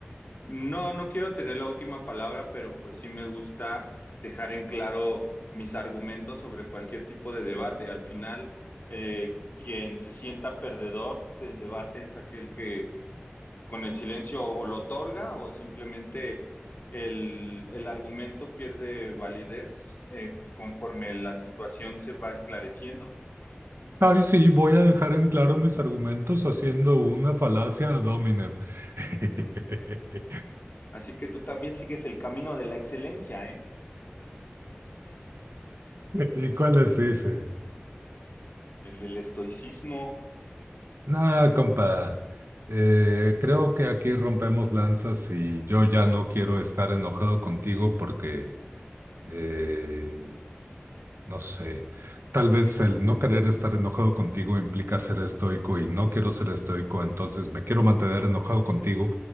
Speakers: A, on the left; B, on the right.
A: No, no quiero tener la última palabra, pero pues sí me gusta dejar en claro mis argumentos sobre cualquier tipo de debate. Al final, eh, quien se sienta perdedor del debate es aquel que con el silencio o lo otorga o simplemente el, el argumento pierde validez eh, conforme la situación se va esclareciendo.
B: Ay, sí, voy a dejar en claro mis argumentos haciendo una falacia ad hominem. <laughs>
A: Así que tú también sigues el camino de la excelencia, ¿eh?
B: ¿Y cuál es ese?
A: El del estoicismo.
B: Nah, compa, eh, creo que aquí rompemos lanzas y yo ya no quiero estar enojado contigo porque, eh, no sé, tal vez el no querer estar enojado contigo implica ser estoico y no quiero ser estoico, entonces me quiero mantener enojado contigo